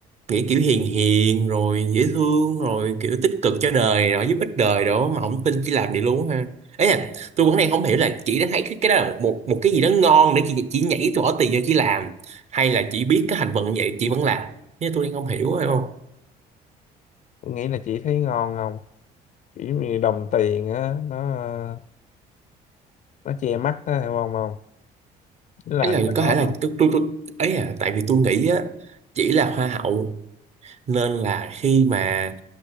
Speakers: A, on the right (about 40°); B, on the left (about 45°).
A: nghĩ kiểu hiền hiền rồi dễ thương rồi kiểu tích cực cho đời rồi giúp ích đời đó mà ông tin chỉ làm vậy luôn ha ấy là tôi vẫn đang không hiểu là chị đã thấy cái cái đó là một một cái gì đó ngon để chị chỉ nhảy tôi bỏ tiền cho chị làm hay là chị biết cái hành vận như vậy chị vẫn làm nhưng tôi đang không hiểu phải không
B: tôi nghĩ là chị thấy ngon không kiểu như đồng tiền á nó ờ, nó che mắt á hiểu không không nó làm
A: ấy là
B: cho
A: có thể là tôi tôi tôi ấy là tại vì tôi nghĩ á chỉ là hoa hậu nên là khi mà